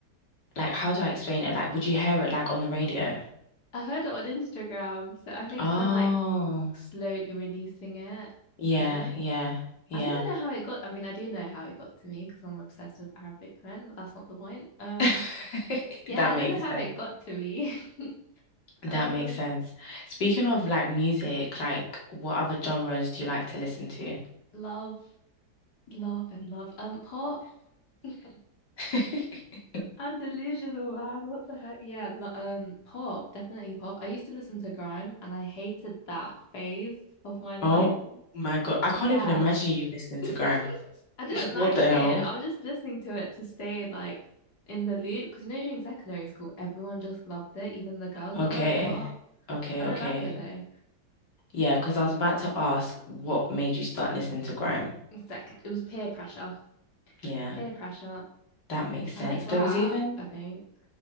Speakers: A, on the left; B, on the left.
A: like how do I explain it? Like, would you hear it like on the radio?
B: I heard it on Instagram, so I think
A: Oh,
B: they're like slowly releasing it,
A: yeah,
B: you know?
A: yeah, yeah.
B: I don't even know how it got. I mean, I do know how it got to me because I'm obsessed with Arabic men, but that's not the point. Um,
A: <laughs>
B: yeah,
A: That
B: I
A: makes
B: don't know how
A: sense.
B: it got to me. <laughs>
A: That
B: Um,
A: makes sense. Speaking of like music, like what other genres do you like to listen to?
B: love, love, and love. Um, pop. <laughs>
A: <laughs>
B: I'm delusional, man. What the heck? Yeah, lo- um, pop, definitely pop. I used to listen to grime, and I hated that phase of my life.
A: Oh my God, I can't
B: Yeah,
A: even imagine you listening
B: <laughs>
A: to Grime.
B: I didn't
A: <laughs>
B: like
A: What the hell?
B: it. I was just listening to it to stay like in the loop because you know during secondary school, everyone just loved it, even the girls.
A: Okay.
B: I was like, what?
A: Okay,
B: I don't
A: okay.
B: like it though.
A: Yeah, because I was about to ask what made you start listening to grime.
B: Second, it was peer pressure.
A: Yeah,
B: Peer pressure.
A: that makes sense.
B: I like
A: There
B: rap,
A: was even
B: I think.